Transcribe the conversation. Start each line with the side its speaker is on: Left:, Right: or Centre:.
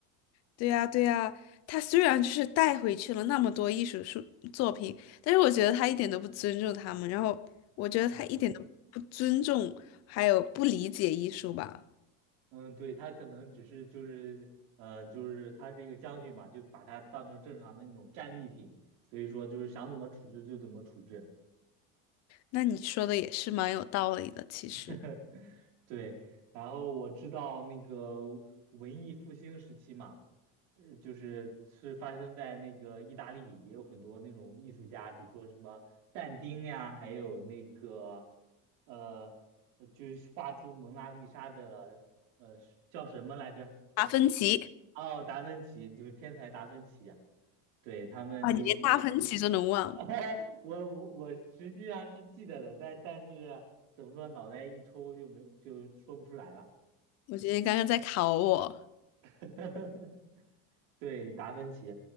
Left: 对呀，对呀，他虽然就是带回去了那么多艺术书作品，但是我觉得他一点都不尊重他们，然后我觉得他一点都不尊重，
Right: 嗯
Left: 还有不理解艺术吧。
Right: 嗯，对，他可能只是就是呃，就是他是一个将军嘛，就把它当成正常的那种战利品，所以说就是想怎么处置就怎么处置。
Left: 那你说的也是蛮有道理的，其实。
Right: <laughs> 对，然后我知道那个文艺复兴时期嘛，呃就是是发生在那个意大利，也有很多那种艺术家，比如说什么但丁呀，还有那个呃，呃就是画出蒙娜丽莎的呃叫什么来着？
Left: 达芬奇
Right: 哦，达芬奇，就是天才达芬奇啊，对，他们就是。
Left: 啊，你连达芬奇都能忘，
Right: <laughs> 我我我实际上是记得的，但但是怎么说，脑袋一抽就没就说不出来了。
Left: 我觉得你刚刚在考我。
Right: <laughs> 对，达芬奇，